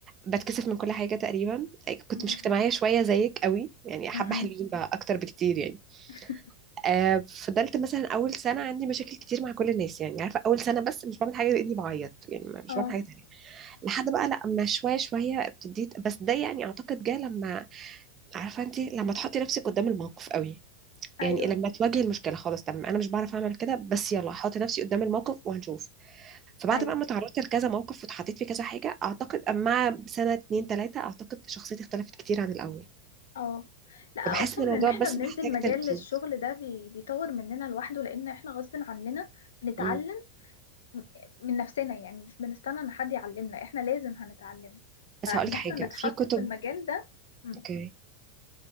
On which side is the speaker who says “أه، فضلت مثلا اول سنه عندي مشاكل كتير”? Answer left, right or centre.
Right